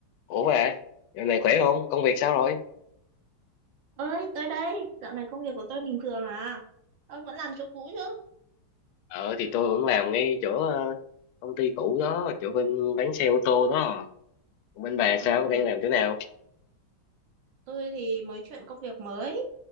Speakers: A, on the left (about 80°); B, on the right (about 70°).
A: Ủa mà, giờ này khỏe không? Công việc sao rồi?
B: ơi tới đây dạo này công việc của tôi bình thường à ông vẫn làm chỗ cũ chứ
A: Ờ thì tôi vẫn làm ngay chỗ ờ, công ty cũ đó, chỗ bên bán xe ô tô đó. Còn Bên bà sao?
B: à
A: Đang làm chỗ nào?
B: tôi thì mới chuyển công việc mới